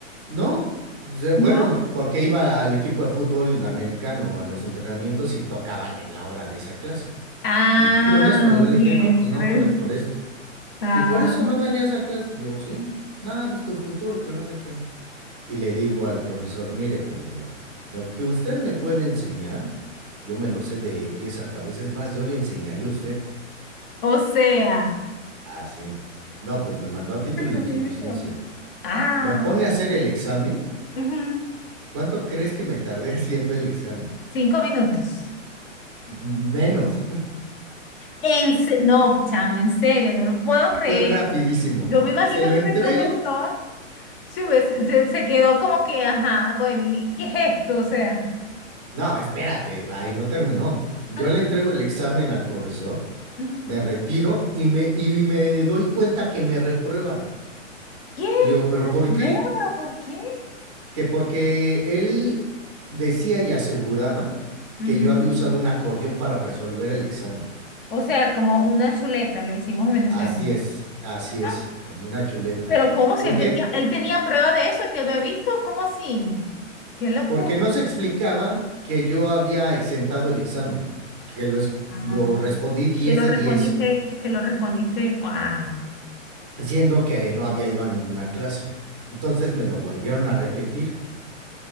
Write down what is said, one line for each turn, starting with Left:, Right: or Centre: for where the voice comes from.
Right: No, de- bueno,
Left: ¿No?
Right: porque iba al equipo de fútbol americano a los entrenamientos y tocaban en la hora de esa clase.
Left: Ah,
Right: Y, y honesto, yo le dije,
Left: quieres.
Right: no, pues no por el, por esto.
Left: Ah,
Right: Y por eso no venía a esa clase. Digo, sí, nada, pues tu futuro y que no sé qué. Y le digo al profesor, mire, profesor, lo que usted me puede enseñar, yo me lo sé de pies a cabeza, es más, yo le enseñaría a usted.
Left: <laughs> o sea.
Right: Ah, sí. No, pues me mandó a título
Left: tres
Right: de
Left: minutos.
Right: insuficiencia.
Left: Ah,
Right: Me pone a hacer el examen.
Left: ujú,
Right: ¿Cuánto crees que me tardé <laughs> haciendo el examen?
Left: Cinco minutos.
Right: Menos.
Left: En se- no, chamo, en serio, no lo puedo
Right: <laughs>
Left: creer.
Right: Fue rapidísimo.
Left: Yo me imagino
Right: ¿Se lo
Left: que
Right: entrego?
Left: ese profesor se, hubiese- se, se quedó como que, ajá, bueno, ¿y qué es esto? O sea,
Right: No, espérate, ahí no terminó. Yo
Left: ajá,
Right: le entrego el examen al profesor,
Left: ujú.
Right: me retiro y me, y me doy cuenta que me reprueba.
Left: ¿Qué?
Right: Y le digo, ¿pero
Left: Recuerdo,
Right: por qué?
Left: ¿Pero por qué?
Right: Que porque él decía y aseguraba
Left: Ujú.
Right: que yo había usado un acordeón para resolver el examen.
Left: O sea, como una chuleta le hicimos en Venezuela.
Right: Así es, así
Left: Ah.
Right: es, como una chuleta.
Left: Pero ¿cómo si
Right: ¿Por
Left: él
Right: qué?
Left: tenía, él tenía prueba de eso, él te había visto? ¿Cómo así? ¡Qué locura!
Right: Porque no se explicaba que yo había exentado el examen, que lo, es-
Left: Ah,
Right: lo respondí diez
Left: que lo
Right: de
Left: respondiste,
Right: diez,
Left: que lo respondiste, wow.
Right: siendo que no había ido a ninguna clase. Entonces me lo volvieron a repetir